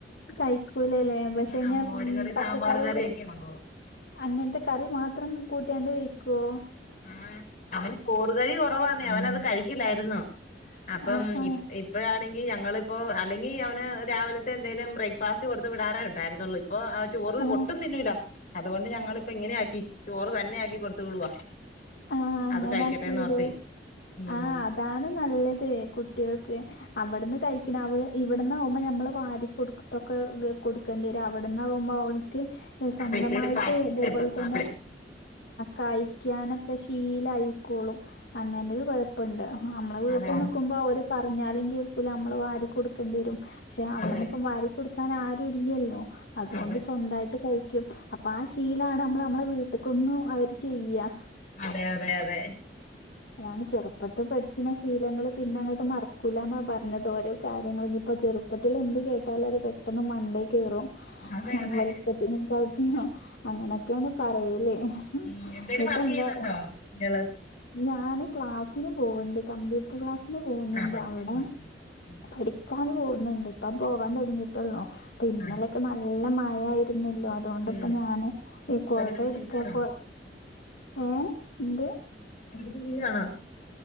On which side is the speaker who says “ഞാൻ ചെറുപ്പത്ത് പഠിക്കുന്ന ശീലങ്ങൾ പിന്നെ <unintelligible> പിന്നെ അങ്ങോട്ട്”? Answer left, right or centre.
Left